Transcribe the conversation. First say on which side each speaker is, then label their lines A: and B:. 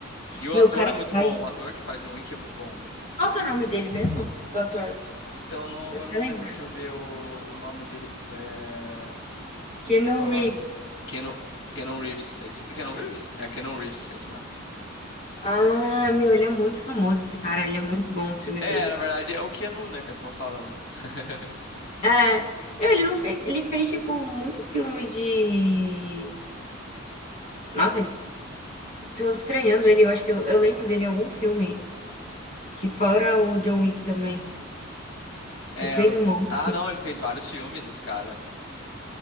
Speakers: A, on the left (about 65°); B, on the left (about 35°).
A: E o
B: meu
A: ator
B: o cara
A: é
B: que
A: muito
B: faz.
A: bom, o ator que faz John Wick é muito bom.
B: Qual que é o nome dele mesmo? Do ator?
A: Então, não,
B: Você
A: agora
B: até
A: eu não
B: lembra?
A: lembro, deixa eu ver o, o nome dele. É... Putz,
B: Keanu
A: qual que é o nome?
B: Reeves.
A: Keanu, Keanu Reeves, é isso? Keanu Reeves? É, Keanu Reeves, é isso mesmo.
B: Ah, meu, ele é muito famoso, esse cara. Ele é muito bom, os filmes
A: É,
B: dele.
A: na verdade é o Keanu, né, que a turma fala, né? <laughs>
B: É. Meu, ele não fez. Ele fez, tipo, muito filme de. Nossa, ele Tô estranhando ele, eu acho que eu, eu lembro dele em algum filme. Que fora o John Wick também.
A: É,
B: Ele fez
A: o-
B: um monte.
A: ah, não, ele fez vários filmes, esse cara.